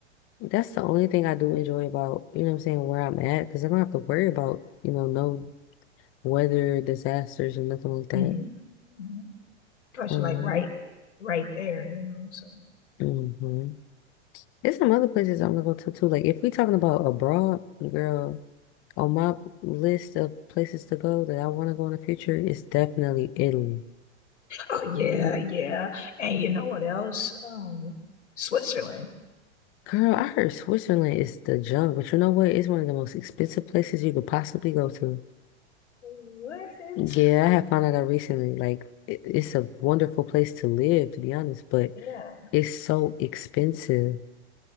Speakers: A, on the left; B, on the left.
A: That's the only thing I do enjoy about, you know what I'm saying, where I'm at, because I don't have to worry about, you know, no weather disasters or nothing like that.
B: Mm-hmm. Mm-hmm. Cause
A: Um,
B: you're like right, right there, you know. So,
A: mhm. There's some other places I want to go to too. Like if we talking about abroad, girl, on my list of places to go that I want to go in the future, it's definitely Italy.
B: oh yeah, yeah. And you know what else? Um, Switzerland.
A: Girl, I heard Switzerland is the junk, but you know what? It's one of the most expensive places you could possibly go to.
B: What?
A: Yeah, I have found that out recently. Like it, it's a wonderful place to live, to be honest, but
B: Yeah.
A: it's so expensive.